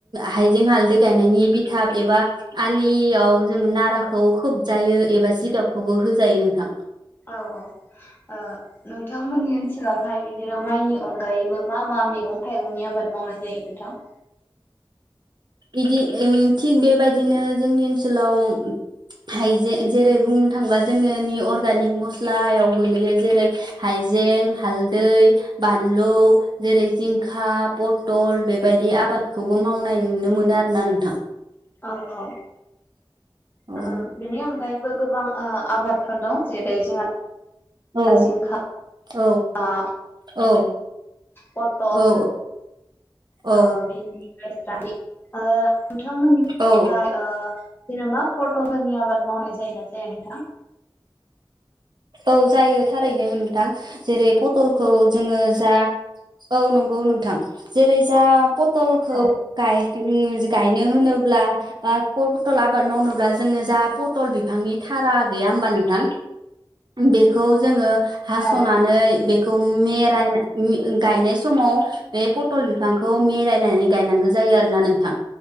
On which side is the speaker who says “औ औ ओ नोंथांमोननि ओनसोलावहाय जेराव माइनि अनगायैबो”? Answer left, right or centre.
Left